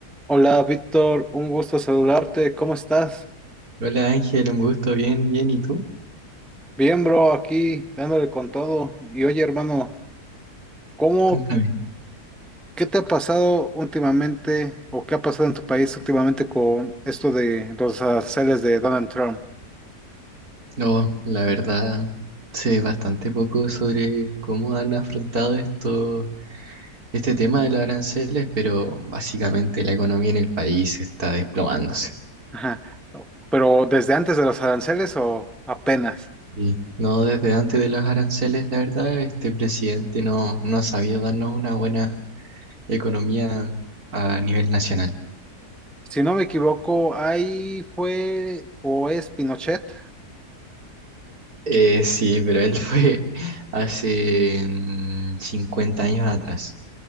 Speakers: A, in the centre; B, on the right (about 65°).
A: Hola Víctor, un gusto saludarte, ¿cómo estás?
B: Hola Ángel, un gusto, bien, bien, ¿y tú?
A: Bien, bro, aquí dándole con todo. Y oye, hermano, ¿cómo,
B: Cuéntame.
A: qué te ha pasado últimamente o qué ha pasado en tu país últimamente con esto de los aranceles de Donald Trump?
B: No, la verdad, sé bastante poco sobre cómo han afrontado esto, este tema de los aranceles, pero básicamente la economía en el país está desplomándose.
A: Ajá. Pero desde antes de los aranceles o apenas?
B: Y no desde antes de los aranceles, la verdad, este presidente no, no ha sabido darnos una buena economía a nivel nacional.
A: Si no me equivoco, ahí fue o es Pinochet.
B: Eh, sí, pero él fue <laughs> hace mm, 50 años atrás.